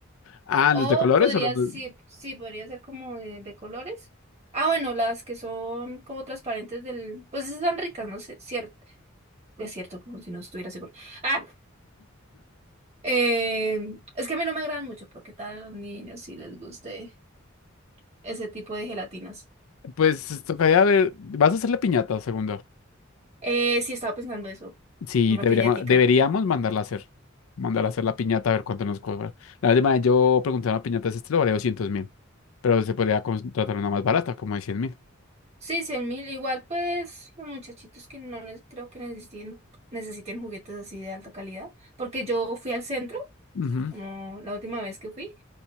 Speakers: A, on the left (about 80°); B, on the right (about 35°).
A: Ah,
B: O
A: ¿los de colores
B: podría,
A: o los de-
B: sí, sí, podría ser como de, de colores. Ah, bueno, las que son como transparentes del, pues esas son ricas, no sé, cierto, es cierto, como si no estuviera seguro. Ah, eh, es que a mí no me agradan mucho, pero qué tal a los niños si les guste ese tipo de gelatinas.
A: Pues tocaría ver. ¿Vas a hacer la piñata, segundo?
B: Eh, sí, estaba pensando eso,
A: Sí,
B: una
A: deberíamos,
B: piñatica.
A: deberíamos mandarla a hacer. Mandarla a hacer la piñata a ver cuánto nos cobra. La última vez yo pregunté a una piñata de este lo valía doscientos mil. Pero se podría contratar una más barata, como de cien mil.
B: Sí, cien mil. Igual, pues, los muchachitos que no les creo que necesiten, necesiten juguetes así de alta calidad. Porque yo fui al centro,
A: Ujú.
B: como la última vez que fui,